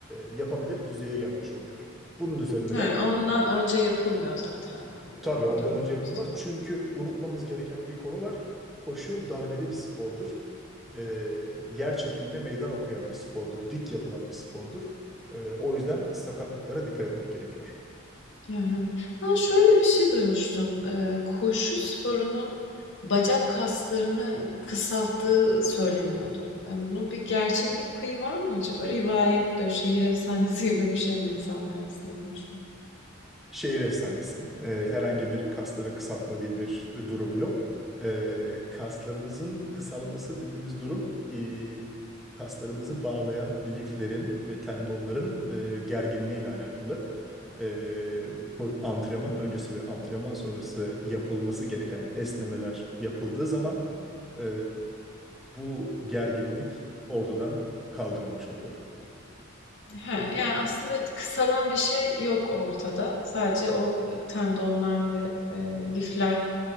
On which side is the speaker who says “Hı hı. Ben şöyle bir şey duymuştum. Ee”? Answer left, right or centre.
Left